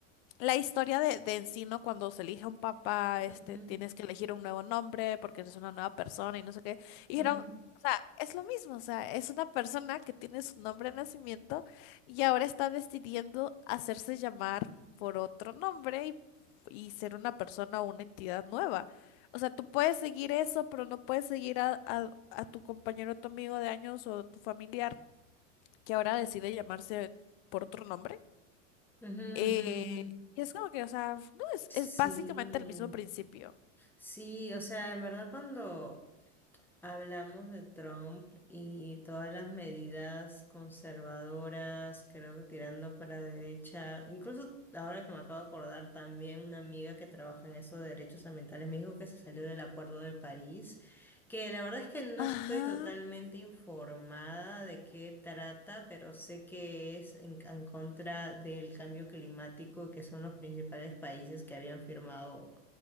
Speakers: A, on the left (about 50°); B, in the centre.
A: la historia de, de en sí, ¿no? Cuando se elige un papá, este,
B: ujú,
A: tienes que elegir un nuevo nombre porque eres una nueva persona y no sé qué. Y dijeron,
B: ujú.
A: o sea, es lo mismo, o sea, es una persona que tiene su nombre de nacimiento y ahora está decidiendo hacerse llamar por otro nombre y, y ser una persona o una entidad nueva. O sea, tú puedes seguir eso, pero no puedes seguir a, a, a tu compañero, tu amigo de años o tu familiar que ahora decide llamarse por otro nombre.
B: Ujú,
A: Eh,
B: ujú, ujú.
A: y es como que, o sea, no, es,
B: Sí,
A: es básicamente el mismo principio.
B: sí, o sea, en verdad cuando, Hablamos de Trump y todas las medidas conservadoras, creo que tirando para derecha. Incluso ahora que me acabo de acordar, también una amiga que trabaja en eso de derechos ambientales me dijo que se salió del Acuerdo de París, que la verdad es que no
A: Ajá.
B: estoy totalmente informada de qué trata, pero sé que es en, en contra del cambio climático, que son los principales países que habían firmado